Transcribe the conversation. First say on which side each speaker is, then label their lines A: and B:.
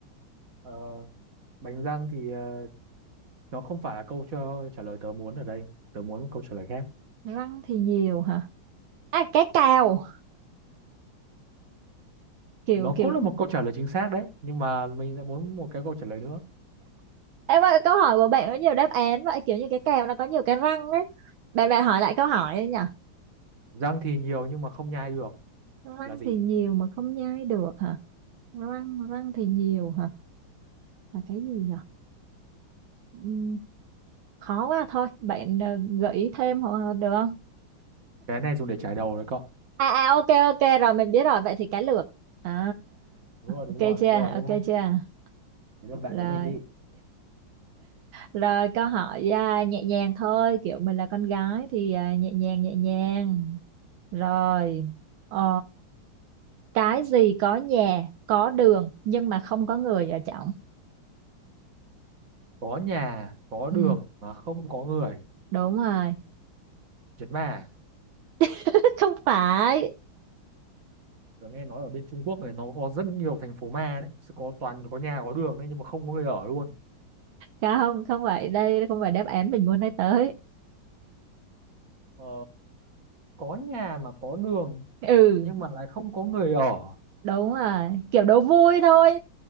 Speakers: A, on the right (about 45°); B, on the right (about 75°).
A: ờ, bánh răng thì ờ, nó không phải là câu cho trả lời tớ muốn ở đây tớ muốn một câu trả lời khác
B: răng thì nhiều hả à cái cào kiểu
A: nó cũng
B: kiểu
A: là một câu trả lời chính xác đấy nhưng mà mình lại muốn một cái câu trả lời nữa
B: em ơi câu hỏi của bạn có nhiều đáp án vậy kiểu như cái cào nó có nhiều cái răng ấy bạn bạn hỏi lại câu hỏi ấy nhỉ
A: răng thì nhiều nhưng mà không nhai được
B: răng
A: là gì
B: thì nhiều mà không nhai được hả răng răng thì nhiều hả là cái gì nhỉ Ừm, khó quá thôi bạn ờ, gợi ý thêm hoặc được không
A: cái này dùng để chải đầu đấy cậu
B: à à ok ok rồi mình biết rồi vậy thì cá lược à
A: đúng rồi đúng
B: ok
A: rồi
B: chưa
A: đúng rồi
B: ok
A: nhá
B: chưa
A: để bạn
B: rồi
A: đố mình đi
B: Rồi câu hỏi à, nhẹ nhàng thôi, kiểu mình là con gái thì à, nhẹ nhàng nhẹ nhàng. Rồi, ờ, cái gì có nhà, có đường nhưng mà không có người ở trong?
A: có nhà có
B: Ừ,
A: đường mà không có người
B: đúng rồi.
A: chết mà
B: <laughs> Không phải.
A: Tớ nghe nói ở bên Trung Quốc này nó có rất nhiều thành phố ma đấy Sẽ có toàn có nhà có đường đấy nhưng mà không có người ở luôn
B: Không, không phải đây không phải đáp án mình muốn nói tới.
A: ờ, có nhà mà có đường
B: Ừ,
A: nhưng mà lại không có người ở
B: đúng rồi. Kiểu đố vui thôi.